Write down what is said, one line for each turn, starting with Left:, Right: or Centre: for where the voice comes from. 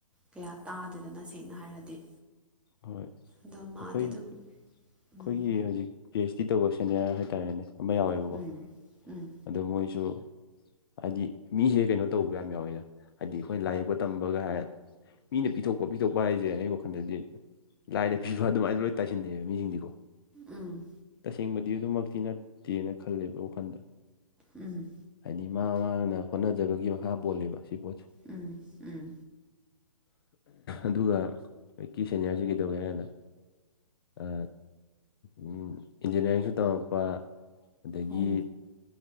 Centre: ꯀꯌꯥ ꯇꯥꯗꯦꯗꯅ ꯁꯦꯡꯅ ꯍꯥꯏꯔꯗꯤ
Left: ꯍꯣꯏ ꯑꯩꯈꯣꯏ
Centre: ꯑꯗꯣ ꯃꯥꯗꯤ
Left: ꯑꯩꯈꯣꯏꯒꯤ
Centre: ꯑꯗꯨꯝ ꯎꯝ
Left: ꯍꯧꯖꯤꯛ ꯄꯤ ꯑ‌ꯦꯆ ꯗꯤ ꯇꯧꯕ ꯁꯦꯅꯤꯌꯔ ꯍꯥꯏꯇꯥꯔꯦꯅꯦ ꯑꯃ ꯌꯥꯎꯋꯦꯕꯀꯣ
Centre: ꯎꯝ
Left: ꯑꯗꯣ ꯃꯣꯏꯁꯨ ꯍꯥꯏꯗꯤ ꯃꯤꯖꯦ ꯀꯩꯅꯣ ꯇꯧꯕ ꯌꯥꯝ ꯌꯥꯎꯋꯤꯗ ꯍꯥꯏꯗꯤ ꯑꯩꯈꯣꯏꯅ ꯂꯥꯏ ꯌꯦꯛꯄ ꯇꯝꯕꯒ ꯍꯥꯏ ꯃꯤꯅ ꯄꯤꯊꯣꯛꯄ ꯄꯤꯊꯣꯛꯄ ꯍꯥꯏꯁꯦ ꯑꯩ ꯋꯥꯈꯜꯗꯗꯤ ꯂꯥꯏꯅ ꯄꯤꯕ ꯑꯗꯨꯃꯥꯏꯅ ꯂꯣꯏ ꯇꯥꯏꯁꯤꯟꯅꯩꯕ ꯃꯤꯁꯤꯡꯁꯤꯀꯣ
Centre: ꯎꯝ
Left: ꯇꯁꯦꯡꯕꯗꯤ ꯑꯗꯨꯃꯛꯇꯤ ꯅꯠꯇꯦꯅ ꯈꯜꯂꯦꯕ ꯋꯥꯈꯟꯗ꯫
Centre: ꯎꯝ
Left: ꯍꯥꯏꯗꯤ ꯃꯥ ꯃꯥꯅ ꯍꯣꯠꯅꯖꯕꯒꯤ ꯃꯈꯥ ꯄꯣꯜꯂꯦꯕ ꯁꯤ ꯄꯣꯠꯁꯦ
Centre: ꯎꯝ ꯎꯝ
Left: ꯑꯗꯨꯒ ꯑꯩꯀꯤ ꯁꯦꯅꯤꯌꯥꯔꯁꯦ ꯀꯩꯗꯧꯒꯦ ꯍꯥꯏ ꯀꯥꯟꯗ ꯑ ꯎꯝ ꯏꯟꯖꯤꯟꯅꯤꯌꯥꯔꯤꯡꯁꯨ ꯇꯝꯃꯛꯄ ꯑꯗꯥꯒꯤ
Centre: ꯎꯝ